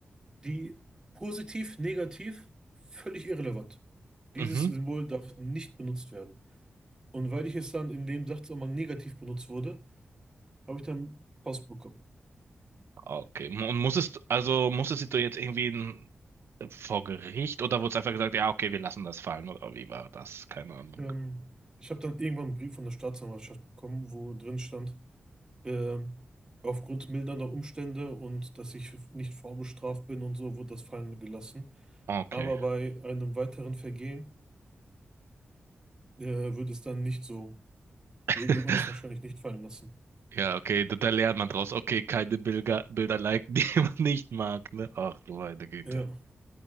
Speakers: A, on the right; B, on the right.
A: Die positiv, negativ, völlig irrelevant. Dieses
B: mhm.
A: Symbol darf nicht benutzt werden. Und weil ich es dann in dem Sachzusammenhang negativ benutzt wurde, habe ich dann Post bekommen.
B: Okay. Und muss es, also musstest du jetzt irgendwie in, vor Gericht oder wurde es einfach gesagt, ja, okay, wir lassen das fallen oder wie war das? Keine Ahnung.
A: Ähm, ich habe dann irgendwann einen Brief von der Staatsanwaltschaft bekommen, wo drin stand, ähm, aufgrund mildernder Umstände und dass ich nicht vorbestraft bin und so, wurde das fallen gelassen.
B: Okay.
A: Aber bei einem weiteren Vergehen äh, würde es dann nicht so,
B: <laughs>
A: wür- würde man es wahrscheinlich nicht fallen lassen.
B: Ja, okay, da, da lernt man draus. Okay, keine Bilder, Bilder liken, <laughs> die man nicht mag, ne? Ach du meine Güte.
A: Ja,